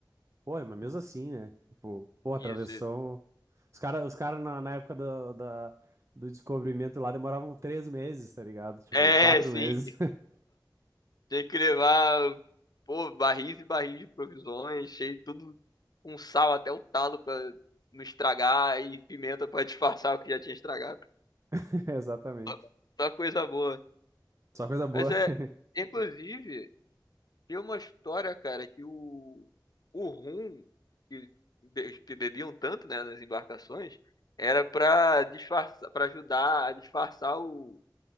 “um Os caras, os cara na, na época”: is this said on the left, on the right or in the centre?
Right